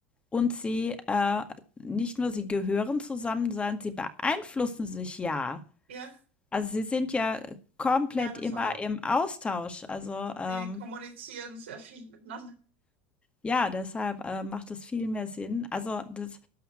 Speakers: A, on the left; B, on the right.
A: und sie äh, nicht nur sie gehören zusammen, sondern sie beeinflussen sich ja.
B: Ja,
A: Also, Sie sind ja komplett
B: ja, das
A: immer
B: auch.
A: im Austausch. Also, ähm,
B: Wir kommunizieren sehr viel miteinander.
A: ja, deshalb, äh, macht es viel mehr Sinn. Also, das